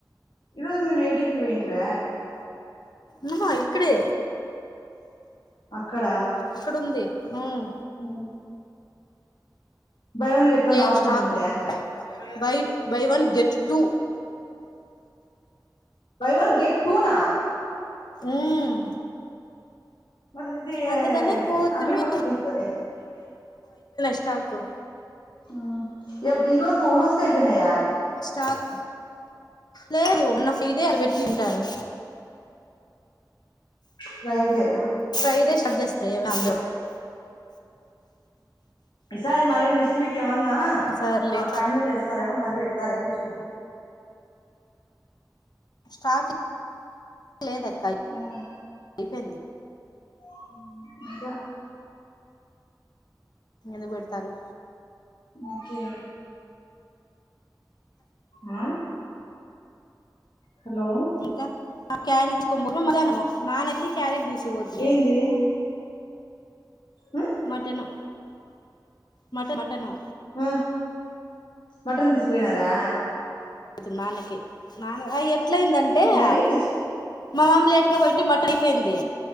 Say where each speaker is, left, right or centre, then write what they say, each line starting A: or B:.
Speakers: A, on the left; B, on the left.
A: ఇ రోజు మీరు ఏటీపి వయంట్ర
B: నా ఇక్కడే
A: ఇక్కడ
B: ఇక్కడుంది ఉమ్
A: ఊ బై వన్ గెట్ వన్
B: లేవు
A: ఆఫర్
B: స్టాక్
A: ఉన్నిందా
B: అయిపోయింది buy buy one get two
A: buy one get టూనా
B: ఉమ్
A: మళ ఇది
B: అందుకని పోతిమి
A: అక్కడ కూడా టు ఇతది
B: స్టాకు
A: ఆ ఎపుడు ఈ రోజు ఒక రోజుకి ఐపోనయా
B: స్టాక్ లేదు మొన్న ఫ్రీ డే ఆడ పెట్టింటారు
A: ఫ్రైడే
B: ఫ్రై డే స్టార్ట్ చేస్తరు ఏ వ్యాన్
A: ఓకే
B: దో
A: ఓకే ఈ సారి మరీ నెక్స్ట్ వీక్ ఏమన్నా
B: సర్లే
A: ఆ కంటిన్యూ చేస్తారేమో మరి పెడతారేమో చూడు
B: స్టాక్ ఇంకా లేదక్క అయిపోయింది
A: ఆ ఊ ఇంక
B: నిలబెడతారు
A: నాకేమి ఆ. హలో
B: ఇంకా క్యారేజ్ తీసుకోనీ పోదుమ్ మధ్యానము నాన్న కీ క్యారేజ్ దిసుకుపోతినే.
A: ఏంది ఆ
B: మటను మట మటను.
A: ఓ మటన్ దిసుకుపోయరా.
B: ఇది నాన్న కీ నాన్న. ఎట్లైందంటే
A: క్యారీ
B: అ
A: తెచ్చు
B: మామ్ లేట్ గా పోయిఉంటే మటన్ అయిపోయింది దే